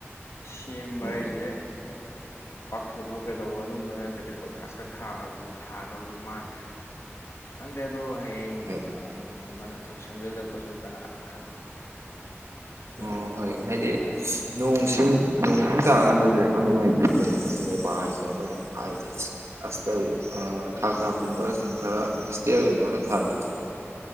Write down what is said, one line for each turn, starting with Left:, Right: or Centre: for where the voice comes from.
Left: ꯁꯦꯝꯦꯝꯕ
Right: ꯑꯣ
Left: ꯑꯩꯖꯦ ꯄꯥꯛꯊꯣꯛꯄ ꯀꯩꯗꯧꯕ ꯑꯗꯨꯝꯕ ꯅꯠꯇ꯭ꯔꯗꯤ ꯀꯣꯏꯂꯥꯁꯀ ꯊꯥꯗꯨꯗꯤ ꯊꯥꯗꯧꯗꯤ ꯃꯥꯟꯗ꯭ꯔꯦ ꯈꯪꯗꯦ ꯑꯗꯣ ꯍꯌꯦꯡ
Right: ꯍꯣꯏ
Left: ꯃꯤ ꯑꯃꯅ ꯊꯣꯛꯁꯦꯝꯖꯤꯜꯂꯛꯄꯁꯨ ꯀꯅꯥꯅ ꯈꯪꯕ
Right: ꯑꯣ
Left: ꯑꯩꯈꯣꯏꯅꯗꯤ
Right: ꯍꯣꯏ ꯍꯥꯏꯗꯤ
Left: ꯍꯥꯏ ꯉꯝꯗ꯭ꯔꯦ
Right: ꯅꯣꯡꯁꯤꯡ ꯅꯣꯡ ꯈꯪ ꯇꯥꯔꯀꯥꯟꯗꯁꯨꯦ ꯌꯥꯝ ꯅꯨꯡꯉꯥꯏꯇꯦ ꯀꯩꯅꯣ ꯏꯄꯥꯛ ꯍꯥꯏꯁꯦ ꯑꯗꯨꯅ ꯍꯥꯏꯗꯤ ꯑꯁꯇ ꯊꯥꯛ ꯊꯥꯛꯀꯨꯝꯕꯁꯤꯡ ꯈꯔ ꯏꯁꯇꯤꯌꯔꯒꯨꯝꯕ ꯈꯔ ꯊꯕꯤ--꯫